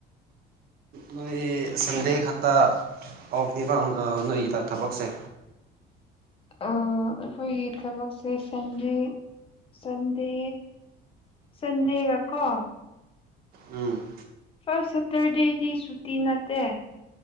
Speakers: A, on the right; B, on the left.
A: ꯅꯣꯏ ꯁꯟꯗꯦ ꯈꯛꯇ ꯑꯣꯐꯅꯤꯀ ꯅꯣꯏꯒꯤꯗ ꯊꯕꯛꯁꯦ
B: ꯑꯩꯈꯣꯏꯒꯤ ꯊꯕꯛꯁꯦ ꯁꯟꯗꯦ ꯁꯟꯗꯦ ꯁꯗꯦꯒ ꯀ
A: ꯎꯝ
B: ꯐꯥꯔꯁ ꯁꯦꯇꯔꯗꯦꯗꯤ ꯁꯨꯇꯤ ꯅꯠꯇꯦ